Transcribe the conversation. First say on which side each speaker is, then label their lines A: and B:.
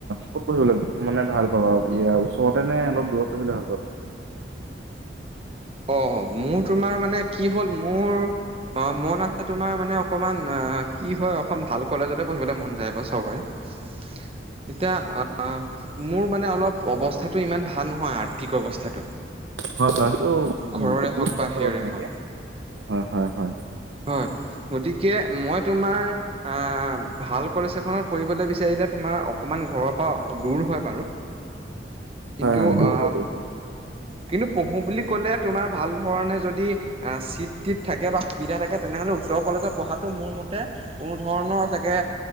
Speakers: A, on the right; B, on the right.
A: ক'ত পঢ়িবলে মানে ভাল পাবা ওচৰতে নে অলপ দূৰত পঢ়িবলে ভাল পাবা <inaudible>
B: অ মোৰ তোমাৰ মানে কি হ'ল মোৰ অ মন আছে তোমাৰ মানে অকমান অ কি হয় অ ভাল কলেজতে পঢ়িবলৈ মন যায় বাৰ চবৰে <unintelligible> এতিয়া অ মোৰ মানে অলপ অৱস্থাটো ইমান ভাল নহয়। আৰ্থিক অৱস্থাটো
A: হয় <unintelligible>
B: ঘৰৰে
A: উম মোৰো
B: হওক
A: ভাল
B: বা সেইয়ৰে
A: হ'ব তেনেকে
B: হওক
A: হয় হয় হয়
B: <unintelligible> হয়। গতিকে মই তোমাৰ অ ভাল কলেজ এখনত পঢ়িবলৈ বিচাৰিলে। তোমাৰ ঘৰ পাই দুৰ হৈ বাৰু কিন্তু
A: হয় হয় দূৰ
B: অ
A: হয় দূৰ
B: কিন্তু পঢ়ো বুলি লে তুমাৰ ভাল ধৰণে যদি চি থাকে বা সুবিধা থাকে তেনেহলে ওচৰ কলেজত পঢ়াটো মোৰ মতে কোনো ধৰণৰ চাগে